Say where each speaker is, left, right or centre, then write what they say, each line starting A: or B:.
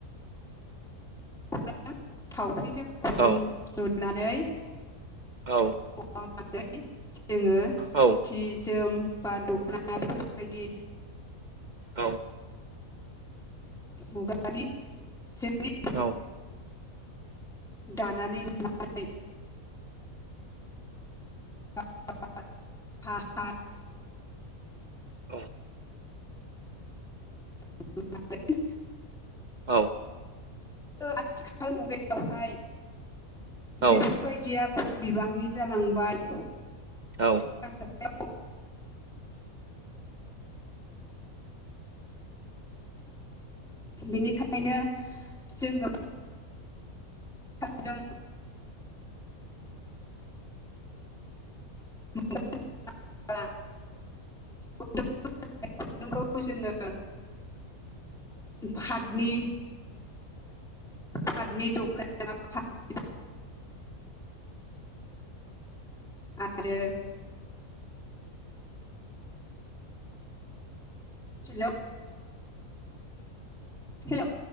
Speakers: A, in the centre; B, on the right.
A: बेखौनो थावख्रिजों खुन्दुं
B: औ
A: लुनानै
B: औ
A: मावनानै जोङो
B: औ
A: सि जोम बा दख'ना बेफोरबायदि
B: औ
A: मुगानि जोंनि
B: औ
A: दानानै लुनाय <unintelligible> हा हा
B: अ'
A: <unintelligible>
B: औ
A: ओ आथिखाल मुगायावहाय
B: औ
A: बेफोर बायदिया खम बिबांनि जालांबाय
B: औ
A: <unintelligible> बेनिखायनो जोङो जों <unintelligible> <unintelligible> आ <unintelligible> खुन्दुंखौ जोङो पादनि पादनि दखना फा <unintelligible> आरो हेल' हेलौ